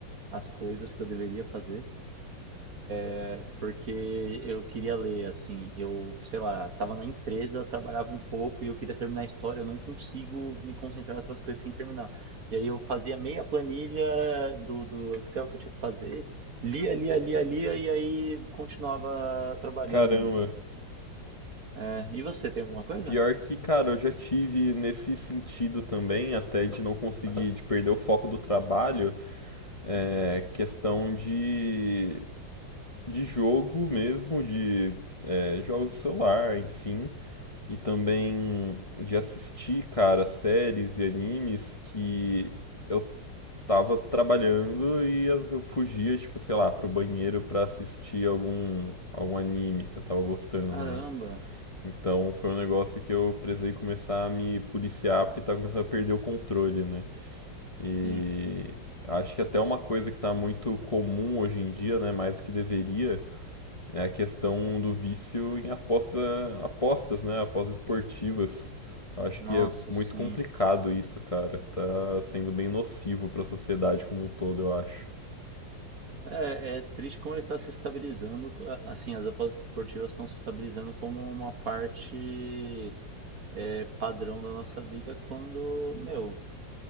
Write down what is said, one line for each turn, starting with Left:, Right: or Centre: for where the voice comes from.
Right: as coisas que eu deveria fazer, é, porque eu queria ler assim, eu, sei lá, tava na empresa, trabalhava um pouco e eu queria terminar a história, eu não consigo me concentrar em outras coisas sem terminar. E aí eu fazia meia planilha do, do Excel que eu tinha que fazer, lia, lia, lia, lia e aí continuava trabalhando.
Left: Caramba.
Right: É, e você tem alguma coisa?
Left: Pior que, cara, eu já tive nesse sentido também, até de não conseguir, de perder o foco do trabalho, é, questão de, de jogo mesmo, de é, jogos de celular, enfim, e também de assistir, cara, séries e animes que eu tava trabalhando e às vezes eu fugia, tipo, sei lá, pro banheiro pra assistir algum, algum anime que eu tava gostando,
Right: Caramba,
Left: né? Então foi um negócio que eu precisei começar a me policiar porque tá começando a perder o controle, né? E
Right: sim.
Left: acho que até uma coisa que tá muito comum hoje em dia, né, mais do que deveria, é a questão do vício em aposta, apostas, né, apostas esportivas. Eu acho
Right: Nossa,
Left: que é muito
Right: sim.
Left: complicado isso, cara. Tá sendo bem nocivo pra sociedade como um todo, eu acho.
Right: É, é triste como ele está se estabilizando. a- Assim, as apostas esportivas estão se estabilizando como uma parte é, padrão da nossa vida, quando, meu,